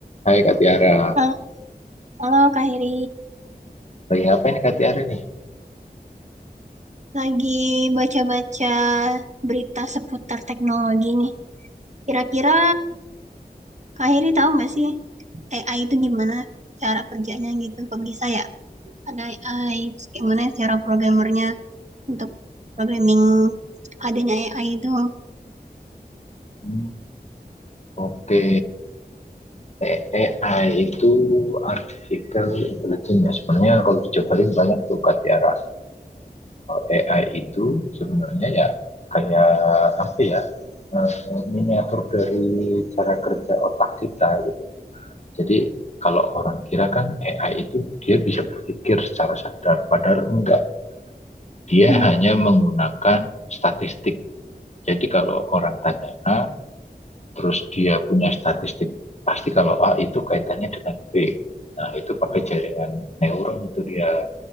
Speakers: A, on the left; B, on the right.
A: Hai Kak Tiara,
B: Halo, halo Kak Heri.
A: lagi ngapain Kak Tiara nih?
B: Lagi baca-baca berita seputar teknologi nih. Kira-kira Kak Heri tahu nggak sih AI itu gimana cara kerjanya gitu? Kok bisa ya? Ada AI, terus gimana cara programmernya untuk programming adanya AI itu?
A: Hmm, Oke, E- AI itu Artificial Intelligence ya. Sebenarnya kalau dicobain banyak tuh Kak Tiara. Eh, AI itu sebenarnya ya kayak apa ya, eh, miniatur dari cara kerja otak kita gitu. Jadi kalau orang kira kan AI itu dia bisa berpikir secara sadar, padahal enggak. Dia
B: Hmm,
A: hanya menggunakan statistik. Jadi kalau orang tanya A, terus dia punya statistik pasti kalau A itu kaitannya dengan B. Nah, itu pakai jaringan neuron itu dia.